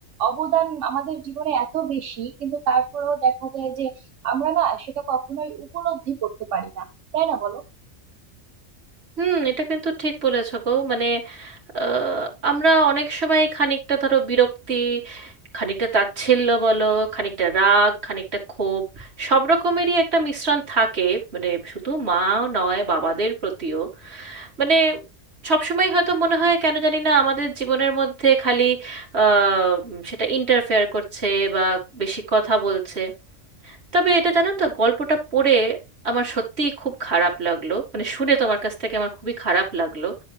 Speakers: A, on the right (about 75°); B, on the right (about 60°).
A: অবদান আমাদের জীবনে এত বেশি কিন্তু তারপরেও দেখা যায় যে আমরা না সেটা কখনোই উপলব্ধি করতে পারি না তাই না বলো
B: হুম এটা কিন্তু ঠিক বলেছো গো মানে আহ, আমরা অনেক সময় খানিকটা ধরো বিরক্তি খানিকটা তাচ্ছিল্য বলো খানিকটা রাগ খানিকটা ক্ষোভ সব রকমেরই একটা মিশ্রণ থাকে মানে শুধু মা নয় বাবাদের প্রতিও মানে সবসময় হয়তো মনে হয় কেন জানি না আমাদের জীবনের মধ্যে খালি আহ, উম, সেটা ইন্টারফেয়ার করছে বা বেশি কথা বলছে তবে এটা জানো তো গল্পটা পড়ে আমার সত্যিই খুব খারাপ লাগলো মানে শুনে তোমার কাছ থেকে আমার খুবই খারাপ লাগলো